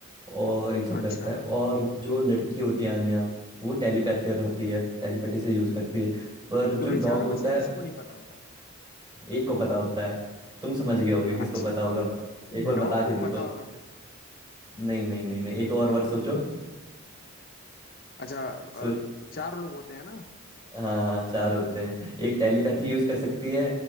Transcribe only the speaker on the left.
अच्छा
तो
ये चारों
में से किसी
को नहीं पता होता
अच्छा
डॉग
को
पता होगा फिर
अच्छा
अ, चार लोग होते हैं ना